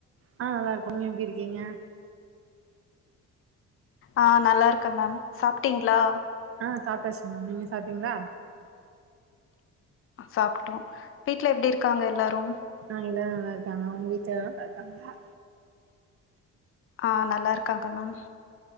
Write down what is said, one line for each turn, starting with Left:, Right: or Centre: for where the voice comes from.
Right: ஆ நல்லாருக்கோ நீங்க எப்டி இருக்கீங்க
Left: ஆ நல்லாருக்கே மேம் சாப்ட்டீங்ளா
Right: ஆ சாப்டாச்சு மேம் நீங்க சாப்டீங்ளா
Left: சாப்டோ வீட்ல எப்டி இருக்காங்க எல்லாரு
Right: ஆ எல்லாரு நல்லாருக்காங்க ஒங்க வீட்ல எல்லாரு நல்லாருக்காங்ளா
Left: ஆ நல்லாருக்காங்க மேம்